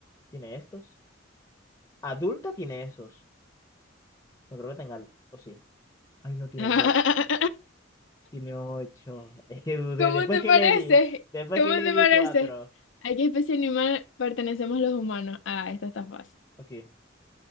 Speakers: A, on the left (about 20°); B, on the left (about 70°).
A: ¿tiene estos? Adulta tiene esos. No creo que tenga, el- o sí. Ay, no tiene
B: <laughs>
A: el doble. Tiene ocho. Es que dudé,
B: ¿Cómo
A: después
B: te
A: que
B: parece?
A: le di, después
B: ¿Cómo
A: que le
B: te
A: di
B: parece?
A: cuatro.
B: ¿A qué especie animal pertenecemos los humanos? Ah, esta está fácil.
A: Ok.